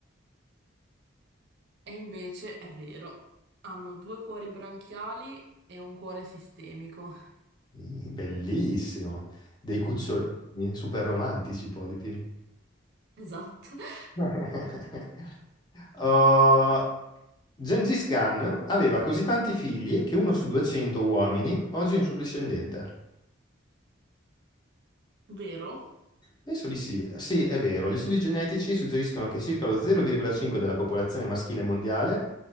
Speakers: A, on the right; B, on the left.
A: E invece è vero, hanno due cuori branchiali e un cuore sistemico.
B: Mm, Bellissimo. Dei cucciolini,
A: Mm,
B: super romantici, i polipi.
A: esatto. <laughs>
B: <laughs> Uh, Gengis Khan aveva così tanti figli che uno su 200 uomini oggi è un suo discendente.
A: Vero?
B: Penso di sì. Sì, è vero. Gli studi genetici suggeriscono che circa lo 0,5 della popolazione maschile mondiale